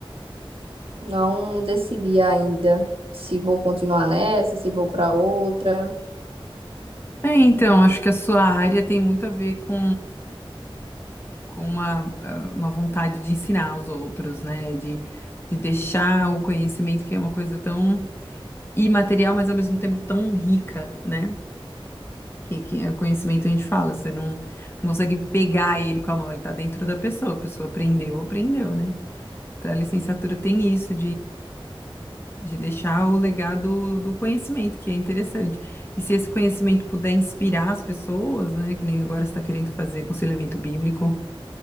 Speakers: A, on the right; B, on the left.
A: não decidi ainda se vou continuar nessa, se vou para outra.
B: É, então, acho que a sua área tem muito a ver com, com uma, ah, uma vontade de ensinar os outros, né? De, de deixar o conhecimento, que é uma coisa tão imaterial, mas ao mesmo tempo tão rica, né? Que, que é conhecimento a gente fala, você não, não consegue pegar ele com a mão, ele tá dentro da pessoa, a pessoa aprendeu, aprendeu, né? Então a licenciatura tem isso de deixar o legado do conhecimento, que é interessante. E se esse conhecimento puder inspirar as pessoas, né, que nem agora você está querendo fazer aconselhamento bíblico,